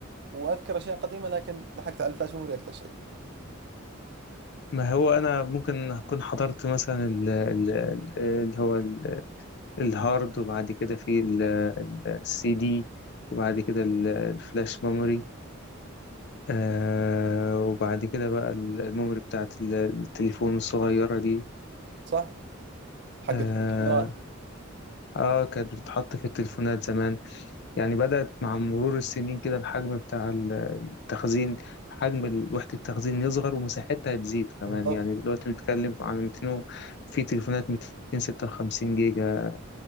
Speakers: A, on the right; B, on the left.
A: واذكر اشياء قديمه لكن لحقت على الفلاش ميموري اكثر شيء
B: ما هو انا ممكن اكون حضرت مثلا ال- ال- ال- اللي هو ال- الهارد وبعد كده في ال- ال- السي دي وبعد كده ال- الفلاش ميموري آه وبعد كده بقى ال- الميموري بتاعت ال- التليفون الصغيرة دي
A: صح حقت
B: اه
A: الكاميرات
B: آه، كانت بتتحط في التليفونات زمان يعني بدأت مع مرور السنين كده الحجم بتاع التخزين حجم ال- وحدة التخزين يصغر ومساحتها هتزيد كمان
A: بالضبط
B: يعني دلوقتي بنتكلم عن 200 و- في تليفونات 256 جيجا